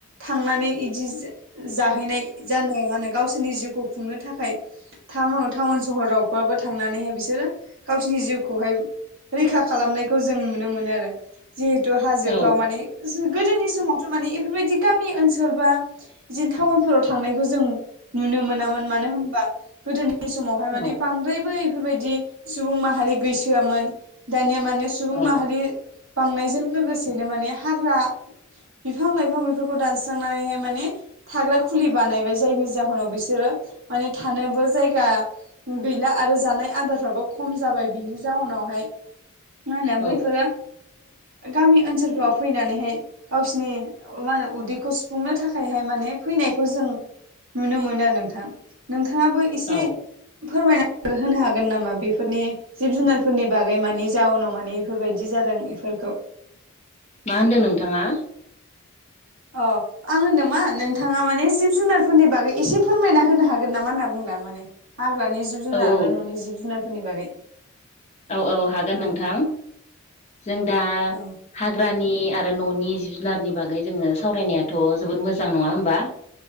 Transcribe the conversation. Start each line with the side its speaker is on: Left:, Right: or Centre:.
Right: थांनानै इदि जा-जाहैनाय जानो माने गावसोरनि जिउखौ खुंनो थाखाय थम टाउन सहरावबाबो थांनानैहाय बिसोरो गावसिनि जिउखौहाय रैखा खालामनायखौ जों नुनो मोनो आरो जिहेतु हाजोफ्राव
Left: औ औ
Right: माने जो गोदोनि समावथ' मानि इफोरबायदि गामि ओनसोल बा इदिनो टाउनफोराव थांनायखौ जों नुनो मोनामोन मानो होनबा गोदोनि समावहाय
Left: औ
Right: माने बांद्रायबो इफोरबायदि सुबुं माहारि गैसोआमोन दानिया माने सुबुं
Left: औ
Right: माहारि बांनायजों लोगोसेनो माने हाग्रा बिफां लाइफां बेफोरखौ दानस्रांनानैहाय माने थाग्रा खुलि बानायबाय जायनि जाहोनाव बिसोरो माने थानोबो जायगा गैला आरो जानाय आदारफ्राबो खम जाबाय बिनि जाउनावहाय मा होनो
Left: औ
Right: बैफोरो गामि ओनसोलफोराव फैनानैहाय गावसिोरनि मा होनो उदैखौ सुफुंनो थाखायहाय माने फैनायखौ जों नुनो मोनो आरो नोंथां नोंथाङाबो एसे
Left: औ
Right: फोरमायनानै होनो हागोन नामा बेफोरनि जिब जुनारफोरनि बागै मानि जाउनाव मानि बेफोरबायदि जादों इफोरखौ
Left: मा होनदों नोंथाङा?
Right: अ आं होनदोंमोन नोंथाङा माने जिब जुनारफोरनि बागै एसे फोरमायना होनो हागोन नामा होनना बुदां माने हाग्रानि जिब जुनार
Left: औ औ
Right: आरो न'नि जिब जुनारफोरनि बागै
Left: औ औ हागोन
Right: औ
Left: नोंथां जों दा
Right: औ
Left: हाग्रानि आरो न'नि जिब जुनारनि बागै जोङो सावरायनायाथ' जोबोद मोजां नङा होमबा